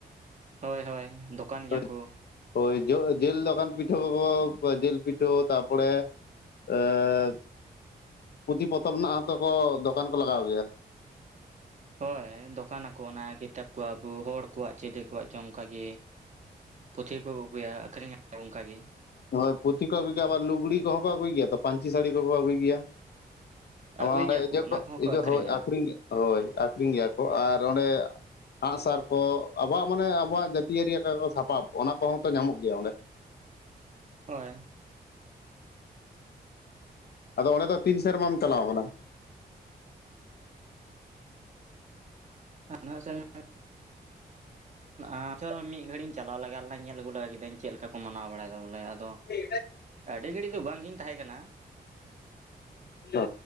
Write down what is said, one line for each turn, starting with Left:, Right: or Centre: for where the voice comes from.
Right: ᱦᱳᱭ, ᱦᱳᱭ, ᱫᱚᱠᱟᱱ ᱜᱮᱭᱟ
Left: ᱵᱟᱝ
Right: ᱠᱚ᱾
Left: ᱦᱳᱭ, ᱡᱚ ᱡᱤᱞ ᱫᱚᱠᱟᱱ ᱯᱤᱴᱷᱟᱹ ᱠᱚᱠᱚ, ᱡᱤᱞ ᱯᱤᱴᱷᱟᱹ ᱛᱟᱨᱯᱚᱨᱮ ᱮᱸ, ᱯᱩᱛᱷᱤ ᱯᱚᱛᱚᱵ ᱨᱮᱱᱟᱜ ᱦᱚᱸᱛᱚ ᱠᱚ, ᱫᱚᱠᱟᱱ ᱠᱚ ᱞᱟᱜᱟᱣ ᱜᱮᱭᱟ?
Right: ᱦᱳᱭ, ᱫᱚᱠᱟᱱ ᱟᱠᱚ ᱚᱱᱟ ᱠᱤᱛᱟᱹᱵ ᱠᱚ, ᱟᱵᱚ ᱦᱚᱲ ᱠᱚᱣᱟᱜ ᱪᱤᱞᱤ ᱠᱚᱣᱟᱜ ᱪᱚᱝ ᱚᱝᱠᱟ ᱜᱮ᱾ ᱯᱩᱛᱷᱤ ᱠᱚᱠᱚ ᱟᱹᱜᱩᱭᱟ, ᱟᱠᱷᱨᱤᱧᱟ ᱠᱚ ᱚᱝᱠᱟ ᱜᱮ᱾
Left: ᱦᱳᱭ, ᱯᱩᱛᱷᱤ ᱠᱚ ᱟᱹᱜᱩᱭ ᱜᱮᱭᱟ, ᱟᱵᱟᱨ ᱞᱩᱜᱽᱲᱤ ᱠᱚᱦᱚᱸ ᱠᱚ ᱟᱹᱜᱩᱭ ᱜᱮᱭᱟ, ᱛᱚ ᱯᱟᱹᱧᱪᱤ ᱥᱟᱹᱲᱤ ᱠᱚᱠᱚ ᱟᱹᱜᱩᱭ ᱜᱮᱭᱟ᱾
Right: ᱟᱹᱜᱩᱭ
Left: <unintelligible>
Right: ᱜᱮᱭᱟ ᱠᱚ ᱚᱱᱟ ᱠᱚᱦᱚᱸ ᱠᱚ ᱟᱹᱠᱷᱨᱤᱧᱟ
Left: ᱟᱠᱠᱷᱨᱤᱧ, ᱦᱳᱭ ᱟᱠᱷᱨᱤᱧ ᱜᱮᱭᱟ ᱠᱚ ᱟᱨ ᱚᱸᱰᱮ ᱟᱸᱥᱟᱨ ᱠᱚ ᱟᱵᱚᱣᱟᱜ ᱢᱟᱱᱮ ᱟᱵᱚᱣᱟᱜ, ᱡᱟᱹᱛᱤᱭᱟᱹᱨᱤ ᱥᱟᱯᱟᱵ ᱚᱱᱟ ᱠᱚᱦᱚᱸ ᱛᱚ ᱧᱟᱢᱚᱜ ᱜᱮᱭᱟ ᱚᱸᱰᱮ?
Right: ᱦᱳᱭ, ᱾
Left: ᱟᱫᱚ ᱚᱸᱰᱮ ᱫᱚ ᱛᱤᱱ ᱥᱮᱨᱢᱟᱢ ᱪᱟᱞᱟᱣ ᱠᱟᱱᱟ?
Right: ᱦᱟᱱᱟ ᱥᱮᱨᱢᱟ ᱜᱮ᱾ ᱟᱪᱩᱨ ᱢᱤᱫ ᱜᱷᱟᱹᱲᱤᱡᱤᱧ ᱪᱟᱞᱟᱣ ᱞᱮᱜᱟ ᱞᱮᱱᱟ, ᱧᱮᱞ ᱟᱹᱜᱩ ᱞᱮᱜᱟ ᱠᱮᱫᱤᱫᱟᱹᱧ ᱪᱮᱫ ᱞᱮᱠᱟ ᱠᱚ ᱢᱟᱱᱟᱣ ᱵᱟᱲᱟᱭᱮᱫᱟ ᱵᱚᱞᱮ ᱟᱫᱚᱻᱻ
Left: ᱚ
Right: ᱟᱹᱰᱤ ᱜᱷᱟᱹᱲᱤᱡ ᱫᱚ ᱵᱟᱝ ᱜᱤᱧ ᱛᱟᱦᱮᱸᱠᱟᱱᱟ᱾
Left: ᱚ